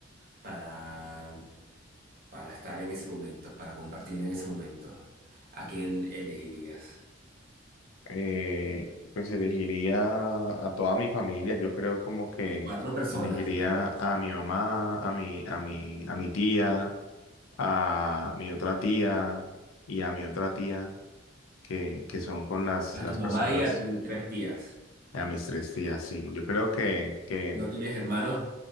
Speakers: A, on the right; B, on the left.
A: para, para estar en ese momento, para compartir en ese momento, ¿a quién elegirías?
B: Eh, pues elegiría a toda mi familia, yo creo como que
A: No, cuatro personas,
B: elegiría
A: nada más.
B: a mi mamá, a mi, a mi, a mi tía, a mi otra tía y a mi otra tía, que, que son con las,
A: A
B: las
A: tu
B: personas,
A: mamá y a tus tres tías.
B: a mis tres tías, sí. Yo creo que, que,
A: ¿No tienes hermanos?